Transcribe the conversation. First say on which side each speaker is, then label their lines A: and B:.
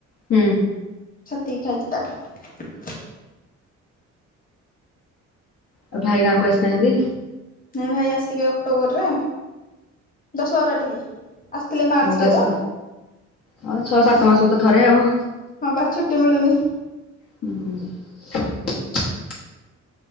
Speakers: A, on the left; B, on the left.
A: ହୁଁ
B: ସେତିକି ଖାଇଛି ତାଠୁ।
A: ଆଉ ଭାଇ ଗାଁ କୁ ଆସିନାହାନ୍ତି?
B: ନାଇଁ ଭାଇ ଆସିବେ ଅକ୍ଟୋବରରେ। ଦଶ ବାର ଟିକେ ଆସିଥିଲେ ମାର୍ଚ୍ଚ
A: ହଁ ଦଶ
B: ରେ ତ।
A: ହଁ ଛଅ ସାତ ମାସକୁ ତ ଥରେ ଆଉ।
B: ହଁ ବା ଛୁଟି ମିଳୁନି।
A: ହୁଁ।